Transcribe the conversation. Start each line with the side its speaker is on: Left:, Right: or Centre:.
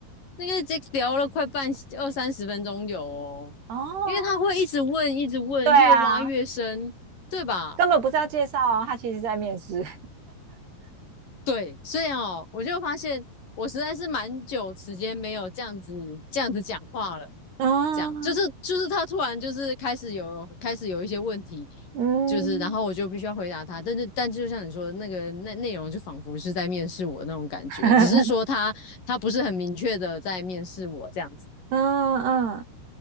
Left: 那个这聊了快半二三十分钟有哦，
Right: 哦，
Left: 因为他会一直问，一直问，
Right: 对啊，
Left: 越挖越深，对吧？
Right: 根本不是要介绍哦他其实在面试。
Left: 对，所以哦，我就发现我实在是蛮久时间没有这样子这样子讲话了，
Right: 嗯
Left: 讲就是就是他突然就是开始有开始有一些问题，
Right: 嗯
Left: 就是然后我就必须要回答他，但是但就像你说的那个那内容就仿佛是在面试我那种感觉，
Right: <laughs>
Left: 只是说他他不是很明确的在面试我这样子，
Right: 嗯嗯，